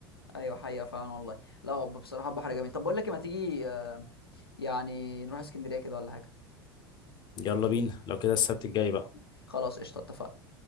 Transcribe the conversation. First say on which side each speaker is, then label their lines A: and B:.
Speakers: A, on the left; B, on the left.
A: ايوه حقيقه فعلا والله لا هو بصراحه البحر جميل طب بقول لك إيه، ما تيجي آه، يعني نروح اسكندريه كده ولا حاجه
B: يلا بينا لو كده السبت الجاي بقى
A: خلاص قشطه اتفقنا